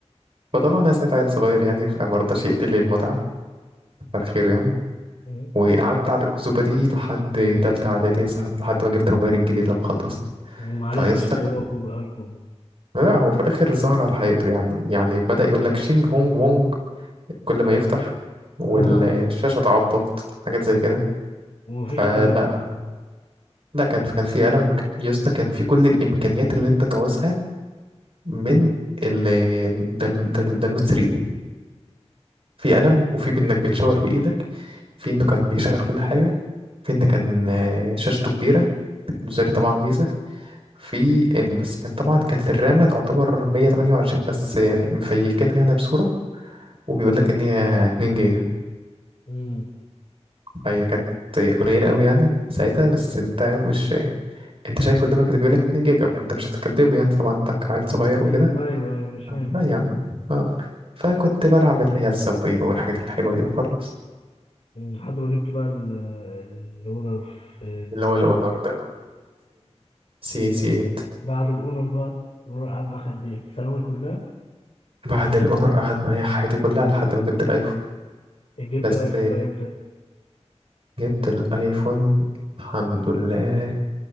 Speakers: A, on the right; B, on the left.
A: فطبعا انا ساعة عيل صغير يعني فما رضاش يقتل لي المتعه كتر خيره يعني
B: امم
A: وقعدت على الأكذوبة دي لحد تالتة إعدادي صح- لحد ما جبت الموبايل الجديد لما خلصت
B: ومعرفتش
A: فيستر
B: ان هو كوبي هاي كوبي
A: لا هو في الآخر ظهر على حقيقته يعني يعني بدأ يقول لك شينج هونج وونج كل ما يفتح والشاشة
B: اه
A: تعبط حاجات زي كده
B: ومفيش
A: فلا
B: قلم
A: لا كان كان في ألم وك- يا اسطى كان في كل الإمكانيات اللي أنت تعوزها من ال ده ده ده النوت 3 في قلم وفي بإنك بتشاور بإيدك في إنه كان بيشغل كل حاجة في إن كان آه، شاشته كبيرة المزاري طبعا ميزة في إن بس كان طبعا كانت الرامة تعتبر 128 بس آه، مفيكينها أنا بصورة وبيقول لك إن هي 2 جيجا
B: امم
A: فهي كانت قليلة أوي يعني ساعتها بس أنت مش أنت شايف قدامك اللي بيقول لك 2 جيجا فأنت مش هتكدبه يعني طبعا أنت عيل صغير
B: مم،
A: وكده
B: ايوه ايوه مش فاهم
A: لا يا عم آه. فكنت بلعب اللي هي السبوي بقى والحاجات الحلوة دي وخلاص
B: مم، لحد ما جبت بقى ال- الاونر في
A: اللي هو الأونر ده سي سي 8
B: بعد الاونر بقى الاونر قعد معاك قد ايه ثانوي كلها
A: بعد الأونر قعد معايا حياتي كلها لحد ما جبت الأيفون
B: جبت
A: بس
B: الايفون بقى امتى
A: جبت الأيفون الحمد لله